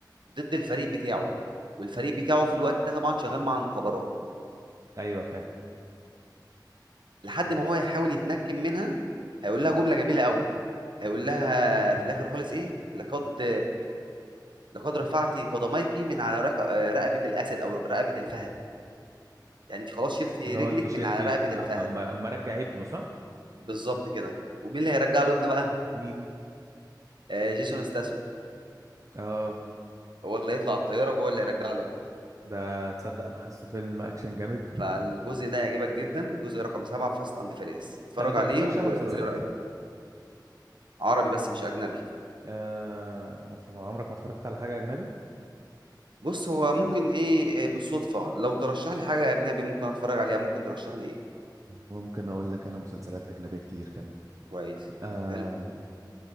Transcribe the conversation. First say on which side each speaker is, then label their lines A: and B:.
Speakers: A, on the right (about 85°); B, on the right (about 45°).
A: ضد الفريق بتاعه والفريق بتاعه في الوقت ده طبعا شغال مع المخابرات
B: ايوه فاهم
A: لحد ما هو يحاول يتمكن منها هيقول لها جملة جميلة قوي هيقول لها في الآخر خالص إيه لقد لقد رفعت قدميك من على رق... رقبة الأسد أو رقبة الفهد يعني أنت خلاص شلتي
B: لو
A: رجلك
B: انت شلتي
A: من على رقبة
B: آه،
A: الفهد
B: اما اما رجع ابنه صح
A: بالظبط كده ومين اللي هيرجع له ابنه بقى
B: مين
A: آه، جيسون ستاثام
B: اه
A: هو اللي هيطلع الطيارة وهو اللي هيرجع له ابنه
B: ده تصدق انا حاسه فيلم اكشن جامد
A: فالجزء ده هيعجبك جدا جزء رقم سبعة فاست أند فيريوس اتفرج
B: طب انت
A: عليه
B: ما بتتفرجش
A: وقول
B: على مسلسلات
A: لي رأيك عربي بس مش أجنبي
B: آه ما بت- عمرك ما اتفرجت على حاجه اجنبي
A: بص
B: <clears throat>
A: هو ممكن ايه إيه بالصدفة لو ترشح لي حاجة أجنبي ممكن أتفرج عليها ممكن ترشح لي ايه
B: ممكن اقول لك انا مسلسلات اجنبيه كتير كمان
A: كويس
B: آه،
A: حلو